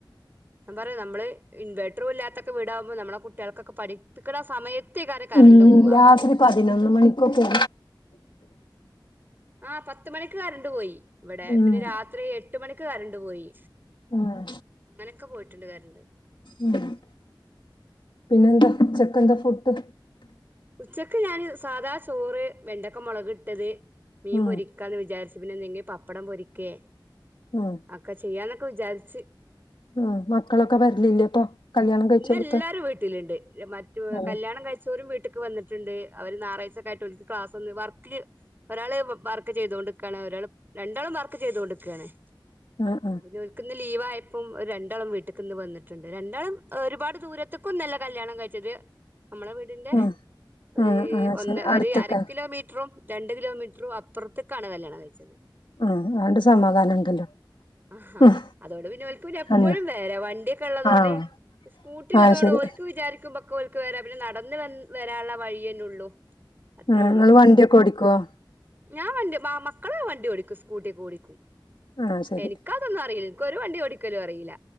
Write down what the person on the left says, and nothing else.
ഉം
രാത്രി പതിനൊന്ന് മണിക്കൊക്കെ
ഉം
ആഹ്
ഉം പിന്നെന്താ ഉച്ചക്ക് എന്താ ഫുഡ്
ഉം
ഉം
ആ മക്കളൊക്കെ വരലില്ലേ അപ്പൊ കല്യാണം കഴിച്ചോട്ത്ത്
അതെ
ആഹ് ആഹ്
ആഹ് ആഹ് ആഹ് ശരി
അടുത്തൊക്കെ
ആ അതാണ്ട് സമാധാനം ഉണ്ടല്ലോ
ഉം
അല്ല
ആഹ്
ആഹ് ശരി
ആഹ്
ഇങ്ങള് വണ്ടിയൊക്കെ ഓടിക്കോ?
ആഹ് ശരി